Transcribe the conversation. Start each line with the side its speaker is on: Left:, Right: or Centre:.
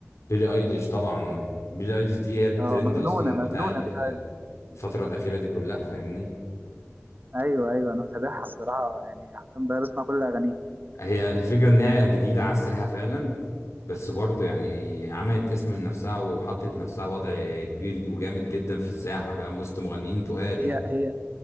Left: بيلي ايليش طبعا بيلي ايليش دي هي الترند
Right: اه مجنونه
Left: اصلا
Right: مجنونه
Left: بتاع ال-
Right: بيلي ايليش
Left: الفتره الاخيره دي كلها فاهمني
Right: ايوه ايوه انا متابعها الصراحه يعني حرفيا بقى بسمع كل اغانيه
Left: هي الفكره ان هي جديده على الساحه فعلا بس برضه يعني عملت اسم لنفسها وحطت نفسها وضع كبير وجامد جدا في الساحه فاهم وسط مغنيين تقال
Right: هي
Left: يعني
Right: هي